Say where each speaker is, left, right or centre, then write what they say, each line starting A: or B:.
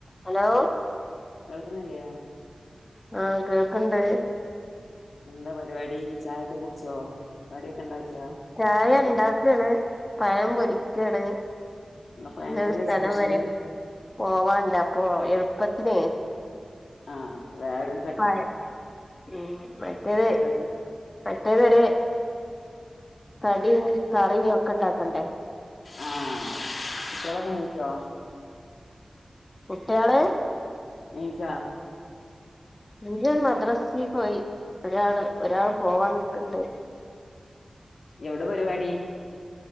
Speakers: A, on the left; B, on the left.
A: Hello
B: കേൾക്കുന്നില്ലേ
A: ആഹ കേൾക്കണ്ട്
B: എന്താ പരിപാടി ചായൊക്കെ കുടിച്ചോ കടിയൊക്കെ ഇണ്ടാക്കിയോ
A: ചായ ഇണ്ടാക്കാണ് പഴം പൊരി കണ്
B: പഴംപൊരിയ
A: ഇന്ന് ഒരു സ്ഥലം
B: സ്പെഷ്യല്
A: വരെ പോവാണ്ട് അപ്പൊ എളുപ്പത്തിനെ
B: ആ വേറെ
A: പഴം ഉം മറ്റേത്
B: എളുപ്പക്കടി
A: മറ്റേതൊരു കടിയും കറിയും ഒക്കെ ഉണ്ടാക്കണ്ടേ
B: ആഹ കുട്ടിളൊക്കെ നിച്ചോ
A: കുട്ട്യാള്
B: നീച്ചോ
A: വല്ല്യ ആള് ഒരു മദ്രാസേക്ക് പോയി ഒരാള് ഒരാൾ പോവാ നിക്കിണ്ട്
B: എവിടെ പരിപാടി